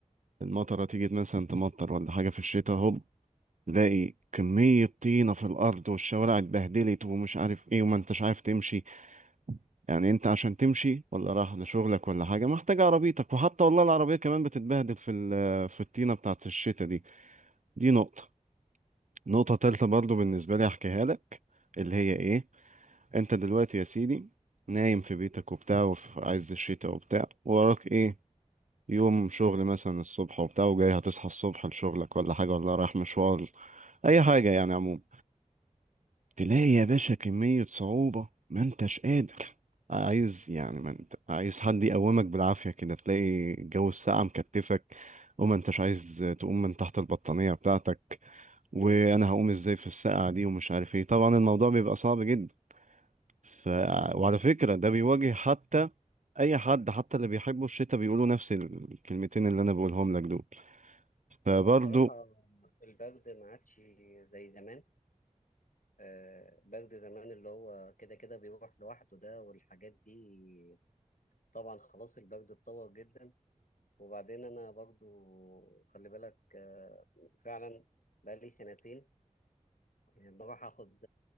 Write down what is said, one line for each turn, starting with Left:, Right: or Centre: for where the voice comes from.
Right: المطرة تيجي مثلا تمطر ولا حاجة في الشتاء هوب تلاقي كمية طينة في الأرض والشوارع اتبهدلت ومش عارف ايه وما انتش عارف تمشي يعني انت عشان تمشي ولا رايح لشغلك ولا حاجة محتاج عربيتك وحتى والله العربية كمان بتتبهدل في ال... في الطينة بتاعت الشتاء دي دي نقطة نقطة تالتة برضو بالنسبة لي أحكيها لك اللي هي إيه أنت دلوقتي يا سيدي نايم في بيتك وبتاع وفي عز الشتاء وبتاع وراك إيه يوم شغل مثلا الصبح وبتاع وجاي هتصحى الصبح لشغلك ولا حاجة ولا رايح مشوار أي حاجة يعني عموما تلاقي يا باشا كمية صعوبة ما انتش قادر عايز يعني ما انت عايز حد يقومك بالعافية كده تلاقي جو الساعة مكتفك وما انتش عايز تقوم من تحت البطانية بتاعتك وانا هقوم ازاي في الساعة دي ومش عارف ايه طبعا الموضوع بيبقى صعب جدا ف... وعلى فكرة ده بيواجه حتى اي حد حتى اللي بيحبوا الشتاء بيقولوا نفس الكلمتين اللي انا بقولهم لك دول فبرضه
Left: هو بصراحة البرد ما عادش زي زمان آه، برد زمان اللي هو كده كده بيروح لوحده ده والحاجات دي طبعا خلاص البرد اتطور جدا وبعدين أنا برضو خلي بالك آه، فعلا بقالي سنتين آه، بروح أخد